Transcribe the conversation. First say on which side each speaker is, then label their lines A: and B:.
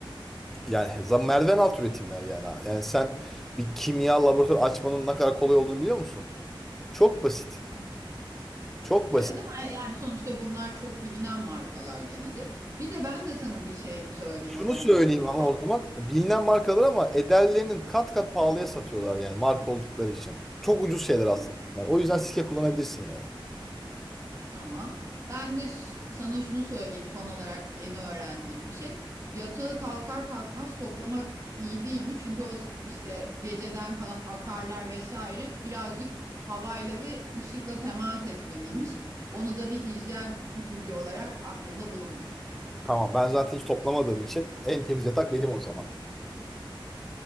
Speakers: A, in the centre; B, on the right (about 35°).
A: Yani za- merdiven alt üretimler yani. Yani sen bir kimya laboratuvarı açmanın ne kadar kolay olduğunu biliyor musun? Çok basit.
B: Hı. hı.
A: Çok basit.
B: Evet ama e, yani sonuçta bunlar çok bilinen markalar gene de. Bir de ben de sana bir şey söyleyeyim
A: Şunu
B: o zaman
A: söyleyeyim
B: ipucu
A: ama
B: son
A: o zaman bilinen markalar ama ederlerinin kat kat pahalıya satıyorlar yani marka oldukları için. Çok ucuz şeyler
B: anı.
A: aslında. O yüzden sike kullanabilirsin yani.
B: Tamam. Ben de ş- sana şunu söyleyeyim son olarak yeni öğrendiğim bir şey. Yatağı kalkar kalkmaz toplamak iyi değilmiş. Çünkü o s- işte geceden kalan akarlar vesaire birazcık havayla ve ışıkla temas etmeliymiş. Onu da bir hijyen ipucu olarak aklında bulundur.
A: E, Tamam ben zaten hiç toplamadığım için en temiz yatak benim o zaman.